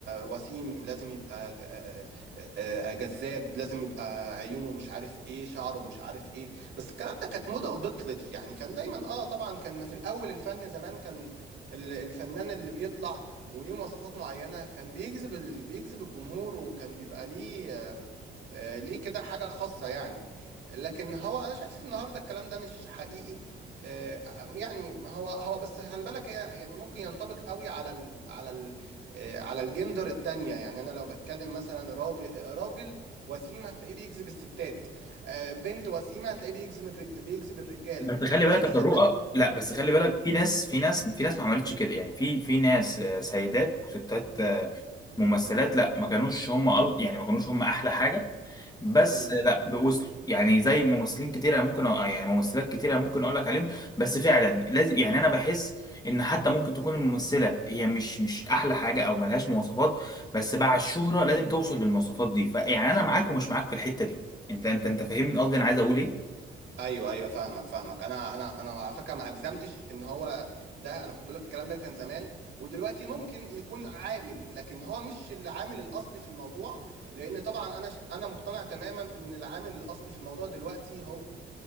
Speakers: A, on the right (about 70°); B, on the left (about 20°).
A: وسيم لازم يبقى آه، آه، آه، جذاب لازم يبقى عيونه مش عارف ايه شعره مش عارف ايه بس الكلام ده كانت موضة وبطلت يعني كان دايما اه طبعا كان في الاول الفن زمان كان ال- الفنان اللي بيطلع وليه مواصفات معينة كان بيجذب ال... بيجذب الجمهور وكان بيبقى ليه آه آه، ليه كده حاجة خاصة يعني لكن هو انا شايف النهاردة الكلام ده مش حقيقي آه، يعني هو هو بس خلي بالك هي يعني ممكن ينطبق قوي على ال على ال آه، على الجندر التانية يعني انا لو بتكلم مثلا راجل راجل وسيم هتلاقيه بيجذب الستات آه، بنت وسيمه هتلاقيه بيجذب الرج... بيجذب الرجاله
B: بس خلي
A: بس
B: بالك يا طارق
A: صدق
B: لا بس خلي بالك
A: مم.
B: في ناس في ناس في ناس ما عملتش كده يعني في في ناس آه، سيدات وستات آه، ممثلات لا ما كانوش هم أل- يعني ما كانوش هم أحلى حاجة بس
A: مم.
B: لا بوصلوا يعني زي ممثلين كتير أنا ممكن أ- يعني ممثلات كتير أنا ممكن اقول لك عليهم بس فعلا لازم يعني انا بحس ان حتى ممكن تكون الممثله هي مش مش احلى حاجه او ملهاش مواصفات بس بعد الشهره لازم توصل للمواصفات دي فيعني انا معاك ومش معاك في الحته دي انت انت انت فاهمني قصدي انا عايز اقول ايه
A: ايوه ايوه فاهمك فاهمك انا انا انا على فكره ما اجزمتش ان هو ده انا كنت بقول لك الكلام ده كان زمان ودلوقتي ممكن يكون عامل لكن هو مش العامل الاصلي في الموضوع لان طبعا انا ش... انا مقتنع تماما ان العامل الاصلي في الموضوع دلوقتي هو